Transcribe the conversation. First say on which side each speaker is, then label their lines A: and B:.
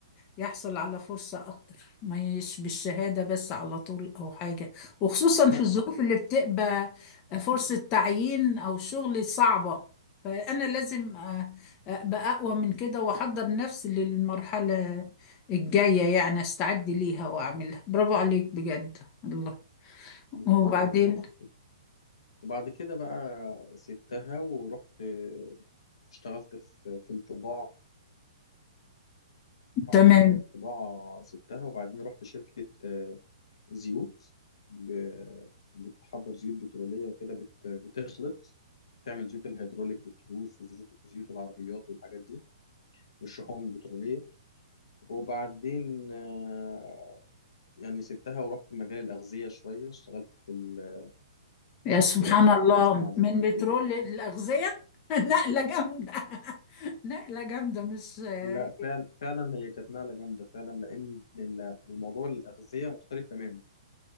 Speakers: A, on the left; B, on the left.
A: يحصل على فرصة أكتر ما يش بالشهادة بس على طول أو حاجة وخصوصا
B: لا
A: في الظروف اللي بتبقى فرصة تعيين أو شغل صعبة فأنا لازم أ- أبقى أقوى من كده وأحضر نفسي للمرحلة الجاية يعني أستعد ليها وأعملها برافو عليك بجد الله
B: بالظ-
A: وبعدين
B: بالظبط كده وبعد كده بقى سبتها ورحت اشتغلت في في الطباعة بعد
A: تمام
B: الطباعة سبتها وبعدين رحت شركة آه، زيوت ب- بتحضر زيوت بترولية وكده بت- بتخلط تعمل زيوت الهيدروليك والتروس وزيوت زيوت العربيات والحاجات دي والشحوم البترولية وبعدين آه، يعني سبتها ورحت مجال الأغذية شوية اشتغلت في ال-
A: يا سبحان
B: في
A: الله
B: مصنع بتاع
A: من بترول
B: بيض
A: للأغذية <laughs> نقلة جامدة <laughs> نقلة جامدة مش اه
B: لا فعلا فعلا هي كانت نقلة جامدة فعلا لأن ال- الموضوع الأغذية مختلف تماما